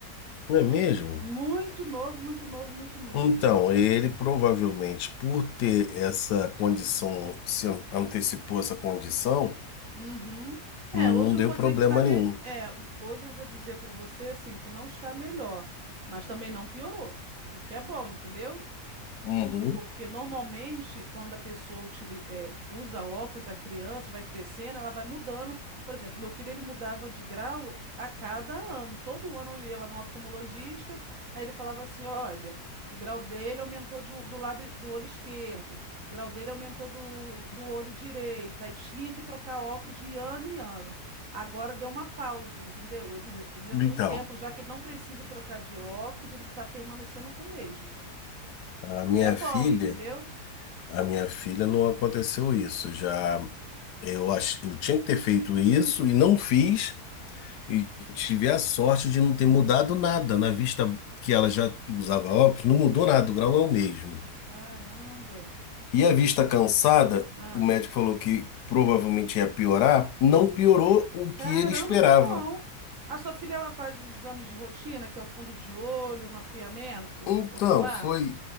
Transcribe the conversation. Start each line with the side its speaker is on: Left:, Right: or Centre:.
Left: Não é mesmo?
Right: Muito novo, muito novo, muito novo.
Left: Então, ele provavelmente, por ter essa condição, se an- antecipou essa condição,
Right: Uhum. É,
Left: não
Right: hoje eu
Left: deu
Right: não vou
Left: problema
Right: dizer que tá me...
Left: nenhum.
Right: é, ho- hoje eu vou dizer para você assim que não está melhor, mas também não piorou, o que é bom, entendeu?
Left: Uhum.
Right: Porque normalmente, quando a pessoa utili- eh, usa óculos, a criança vai crescendo, ela vai mudando. Por exemplo, meu filho ele mudava de grau a cada ano. Todo ano eu ia lá no oftalmologista, aí ele falava assim: olha, o grau dele aumentou de um- do lado do olho esquerdo, o grau dele aumentou do, do olho direito. Aí tinha que trocar óculos de ano em ano. Agora deu uma pausa, entendeu? Ele, ele já
Left: Então,
Right: tem um tempo, já que ele não precisa trocar de óculos, ele está permanecendo com o mesmo.
Left: a
Right: O
Left: minha
Right: que é bom,
Left: filha,
Right: entendeu?
Left: a minha filha não aconteceu isso. Já eu acho, eu tinha que ter feito isso e não fiz, e tive a sorte de não ter
Right: Hum,
Left: mudado nada, na vista que ela já usava óculos, não mudou nada, o grau é o mesmo.
Right: caramba.
Left: E a vista cansada,
Right: Ah,
Left: o médico falou que provavelmente ia piorar, não piorou o que
Right: caramba,
Left: ele esperava.
Right: que bom. A sua filha ela faz os exames de rotina, que é o fundo de olho, mapeamento
Left: Então,
Right: ocular?
Left: foi,